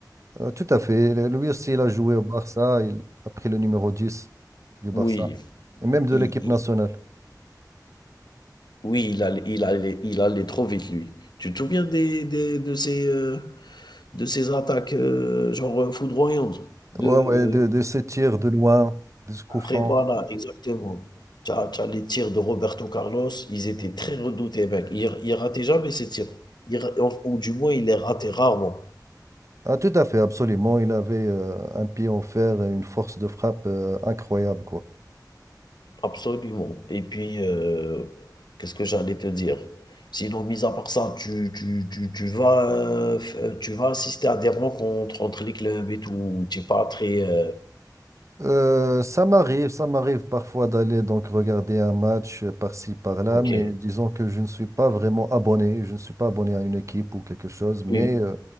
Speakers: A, on the right; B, on the left.
A: Euh, tout à fait. Le- Lui aussi, il a joué au Barça. Il a pris le numéro 10 du Barça.
B: Oui,
A: Et même de
B: il,
A: l'équipe
B: il-
A: nationale.
B: oui, il allait, il allait- il allait trop vite, lui. Tu te souviens des, des- de ces, euh, de ces attaques, euh, genre euh, foudroyantes? De,
A: Ouais,
B: euh,
A: ouais, de, de ses tirs de loin, de ce coup franc.
B: Après voilà, exactement. t'as t'as les tirs de Roberto Carlos, ils étaient très redoutés mec. Il il ratait jamais ses tirs. Il ra ou du moins il les ratait rarement.
A: Ah, tout à fait, absolument. Il avait euh, un pied en fer et une force de frappe euh, incroyable, quoi.
B: Absolument et puis, heu, qu'est-ce que j'allais te dire? Sinon mis à part ça, tu tu tu tu vas, heu, f euh, tu vas assister à des rencontres entre les clubs et tout, tu es pas très, heu
A: Euh, ça m'arrive, ça m'arrive parfois d'aller donc regarder un match euh, par-ci, par-là,
B: OK.
A: mais disons que je ne suis pas vraiment abonné, je ne suis pas abonné à une équipe ou quelque chose, mais
B: Oui,
A: euh,